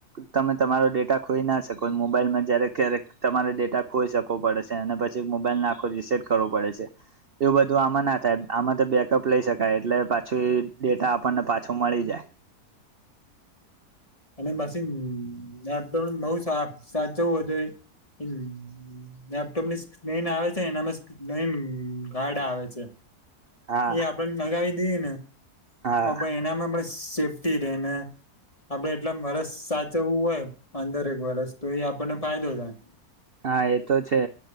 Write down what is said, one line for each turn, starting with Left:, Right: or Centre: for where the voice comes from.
Right: તમે તમારો ડેટા ખોઈના શકો મોબાઈલમાં જ્યારેક ક્યારેક તમારો ડેટા <unintelligible> પડે અને પછી મોબાઈલને આખો રીસેટ કરવો પડે છે એવું બધું આમાં ના થાય આ બેકઅપ લઈ શકાય એટલે પાછું ડેટા આપણને પાછો મળી જાય.
Left: અને પછી બહુ સાચવું હમ્મ લેપટોપની સ્ક્રીન આવે છે એમાં સ્ક્રીન ગાડ આવે છે.
Right: હા
Left: એ આપડે લગાવી દઈએ ને
Right: હા
Left: તો પણ એનામાં પણ સેફ્ટી રે ને આપડે એટલા વરસ સાચવવું હોય પંદર એક વરસ તો એ આપણને ફાયદો થાય
Right: હા એ તો છે